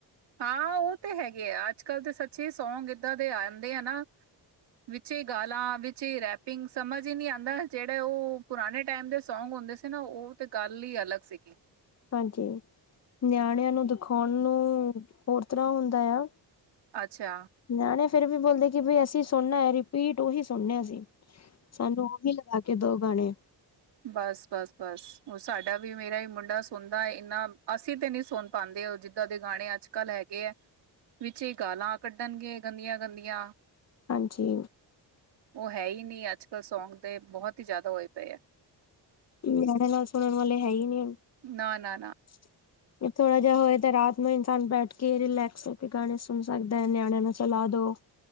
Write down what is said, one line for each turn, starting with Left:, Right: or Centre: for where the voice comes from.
Right: ਹਾਂ ਉਹ ਤੇ ਹੈਗੇ ਆ ਅੱਜ ਕੱਲ੍ਹ ਤਾਂ ਸੱਚੇ ਸੌਂਗ ਇੱਦਾਂ ਦੇ ਆਂਦੇ ਆ ਨਾ। ਵਿੱਚ ਹੀ ਗਾਲਾਂ ਵਿੱਚ ਹੀ ਰੈਪਿੰਗ ਸਮਝ ਹੀ ਨਹੀਂ ਆਉਂਦਾ ਜਿਹੜਾ ਉਹ ਪੁਰਾਣੇ ਟਾਈਮ ਦੇ ਸੌਂਗ ਹੁੰਦੇ ਸੀ ਨਾ ਉਹ ਤੇ ਗੱਲ ਹੀ ਅਲੱਗ ਸੀਗੀ।
Left: ਹਾਂਜੀ ਨਿਆਣਿਆਂ ਨੂੰ ਦਿਖਾਉਣ ਨੂੰ ਹੋਰ ਤਰਾਂ ਹੁੰਦਾ ਆ।
Right: ਅੱਛਾ।
Left: ਨਿਆਣੇ ਫਿਰ ਵੀ ਬੋਲਦੇ ਕਿ ਬਈ ਅਸੀਂ ਸੁਣਨਾ ਹੈ ਰਿਪੀਟ ਉਹੀ ਸੁਣਨਾ ਅਸੀਂ। ਸਾਨੂੰ ਉਹ ਵੀ ਲਗਾ ਕੇ ਦੋ ਗਾਣੇ।
Right: ਬਸ -ਬਸ -ਬਸ ਉਹ ਸਾਡਾ ਵੀ ਮੇਰਾ ਹੀ ਮੁੰਡਾ ਸੁਣਦਾ ਇੰਨਾ ਅਸੀਂ ਤੇ ਨੀ ਸੁਣ ਪਾਉਂਦੇ ਹੋ ਜਿੱਦਾਂ ਦੇ ਗਾਣੇ ਅੱਜ ਕੱਲ ਹੈਗੇ ਹੈ। ਵਿੱਚ ਹੀ ਗਾਲਾਂ ਕੱਢਣਗੇ ਗੰਦੀਆਂ -ਗੰਦੀਆਂ।
Left: ਹਾਂਜੀ।
Right: ਉਹ ਹੈ ਹੀ ਨਹੀਂ ਅੱਜ ਕੱਲ੍ਹ ਸੌਂਗ ਦੇ ਬਹੁਤ ਹੀ ਜ਼ਿਆਦਾ ਹੋਏ ਪਏ ਹੈ।
Left: ਨਿਆਣੇ ਨਾਲ ਸੁਣਨ ਵਾਲੇ ਹੈ ਹੀ ਨੀ ਹੁਣ।
Right: ਨਾ -ਨਾ -ਨਾ।
Left: <inaudible> ਥੋੜਾ ਜਿਹਾ ਹੋਏ ਤਾਂ ਰਾਤ ਨੂੰ ਇਨਸਾਨ ਬੈਠ ਕੇ ਰਿਲੈਕਸ ਹੋ ਕੇ ਗਾਣੇ ਸੁਣ ਸਕਦਾ ਹੈ ਨਿਆਣਿਆਂ ਨੂੰ ਚਲਾ ਦੋ।